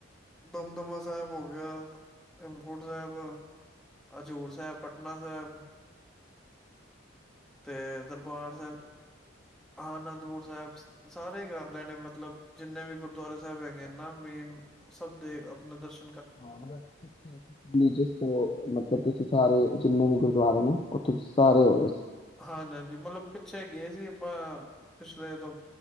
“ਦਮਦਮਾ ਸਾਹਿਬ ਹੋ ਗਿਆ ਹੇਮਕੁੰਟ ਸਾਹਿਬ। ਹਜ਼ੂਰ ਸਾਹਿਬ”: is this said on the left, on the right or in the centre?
Centre